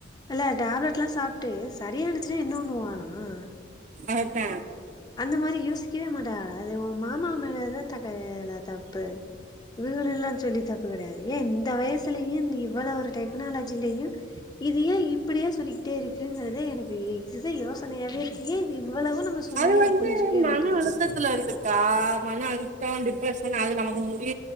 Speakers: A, on the left (about 20°); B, on the right (about 40°).
A: இல்ல டேப்லெட் எல்லாம் சாப்பிட்டு சரியானுச்சுன்னா என்ன ஒண்ணு வாகலாம்
B: அதா
A: அந்த மாரி யோசிக்கவே மாட்டடா அது ஒ மாமா மேலதா தக்காயல தப்பு இவுகள எல்லா சொல்லி தப்ப கடையாது ஏ இந்த வயசுலயு இவ்வளவு ஒரு டெக்னாலஜிலயு இது ஏ இப்புடியே சொல்லிக்கிட்டே இருக்குங்கறத எனக்கு இதுதா யோசனையாவே இருக்கு இது இவ்வளவு நம்ம சொல்லியு
B: அது வந்து
A: புரிஞ்சுக்கவே
B: மன
A: மாட்டேங்குது
B: அழுத்தத்துல இருக்குக்கா மனம் அழிதோ டிப்ரஷன் அது நமக்கு முடி